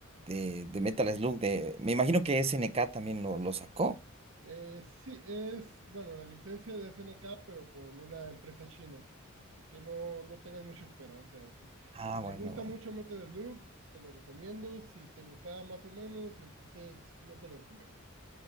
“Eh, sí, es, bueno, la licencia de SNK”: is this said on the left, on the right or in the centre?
Right